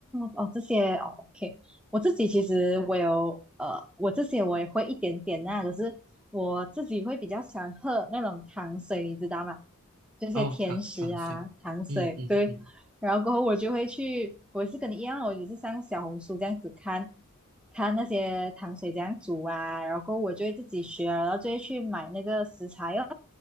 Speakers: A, in the centre; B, on the right (about 80°).
A: 哦，这些哦，OK，我自己其实我有呃，我这些我也会一点点啦、可是我自己会比较喜欢喝那种糖水，你知道吗？就是甜食啊，
B: 哦，汤汤水，
A: 糖水，
B: 嗯嗯嗯
A: 对。然后过后我就会去，我也是跟你一样哦，我也是像小红书这样子看，看那些糖水这样煮啊，然后过后我就会自己学了然后就会去买那个食材哦，